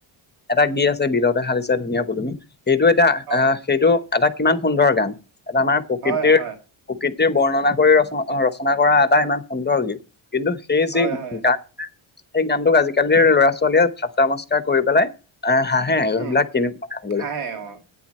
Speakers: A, on the left; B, on the right.
A: এটা গীত আছে বিলতে সালিছে ধুনীয়া পুদুমি সেইটো এতিয়া
B: অ,
A: আহ সেইটো এটা কিমান সুন্দৰ গান এটা মানে প্ৰকৃতিৰ
B: হয়, হয়,
A: প্ৰকৃতিৰ বৰ্ণনা কৰি ৰচনা-ৰচনা কৰা এটা ইমান সুন্দৰ গীত কিন্তু সেই
B: হয়,
A: যি
B: হয়,
A: গান সেই গানটোক আজিকালিৰ ল'ৰা ছোৱালীয়ে ঠাট্টা মষ্কৰা কৰি পেলাই আহ হাঁহে সেইবিলাক
B: উম,
A: কেনেকুৱা কথা বুলি৷
B: হাঁহে অ,